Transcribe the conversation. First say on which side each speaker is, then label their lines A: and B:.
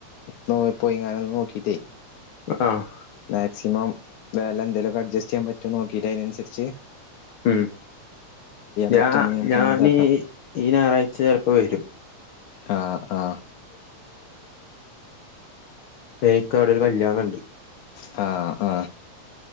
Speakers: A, on the left; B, on the left.
A: നോ പോയിങ്ങാനും നോക്കിട്ട്
B: ആഹ്
A: മാക്സിമം വെല എന്തേലൊക്ക അഡ്ജസ്റ്റ് ചെയ്യാൻ പറ്റോ നോക്കിട്ട് ആയിനനുസരിച്
B: ഉം ഞാ
A: പറ്റുകയാണെങ്കിൽ നമുക്ക്
B: ഞാൻ
A: അങ്ങനെതാക്കാം
B: നീ ഈ ഞാറാഴ്ച ചെലപ്പവ രും
A: ആ ആ
B: ഏക്ക് അവിടൊരു കല്യാണണ്ട്
A: ആ ആ